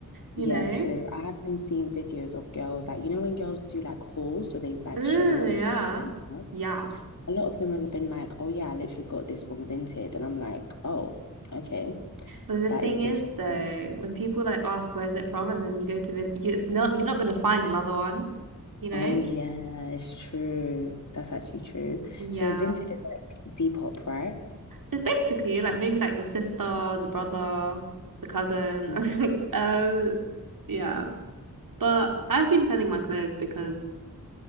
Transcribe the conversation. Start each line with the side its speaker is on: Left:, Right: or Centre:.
Right: You
Left: Yeah,
Right: know?
Left: true. I have been seeing videos of girls like you know when girls do like hauls, so they like
Right: Mm,
Left: show what
Right: yeah.
Left: they bought instead.
Right: Yeah.
Left: a lot of them has been like, oh yeah, I literally got this from Vinted. And I'm like, oh, okay,
Right: But the
Left: that
Right: thing
Left: is interesting.
Right: is though, when people like ask where's it from, and then you go to vid you not you're not gonna find another one, you know?
Left: Oh yeah, it's true. That's actually true.
Right: Yeah.
Left: So Vinted is like Depop, right?
Right: It's basically like maybe like the sister, the brother, the cousin.
Left: Mhm.
Right: <laughs> Um, yeah. But I've been sending my clothes because